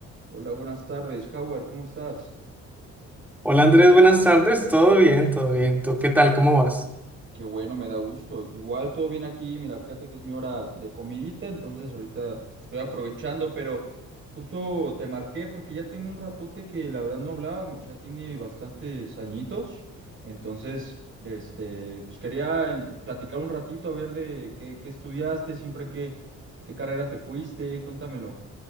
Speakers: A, on the right (about 45°); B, in the centre.
A: Hola, buenas tardes, Howard, ¿cómo estás?
B: Hola Andrés, buenas tardes. Todo bien, todo bien. ¿Tú qué tal? ¿Cómo vas?
A: Qué bueno, me da gusto. Igual todo bien aquí, mira, fíjate que es mi hora de comidita, entonces ahorita estoy aprovechando, pero justo te marqué porque ya tiene un ratote que la verdad no hablábamos, ya tiene bastantes añitos, entonces, este, pues quería eh, platicar un ratito a ver de qué, qué estudiaste, siempre qué, qué carrera te fuiste, cuéntamelo.